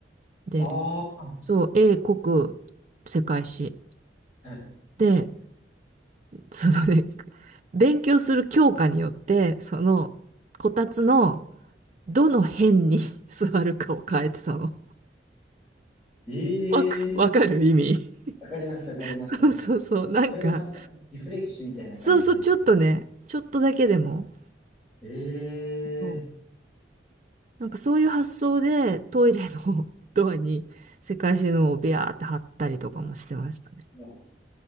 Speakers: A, on the right; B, in the centre.
A: で、
B: ああ、
A: そう、英国世界史。
B: はい。
A: で、そのね、勉強する教科によって、その、こたつのどの辺に <laughs> 座るかを変えてたの。
B: ええ
A: <laughs> わか、わかる意味。
B: わかります、わかります、
A: <laughs> そうそうそう。
B: わかります。
A: なんか、
B: それがリフレッシュみたいな感じでて。
A: そうそう、ちょっとね、ちょっとだけでも、
B: ええ
A: そうなんかそういう発想でトイレの <laughs> ドアに世界中のをビャーって貼ったりとかもしてましたね。
B: まあ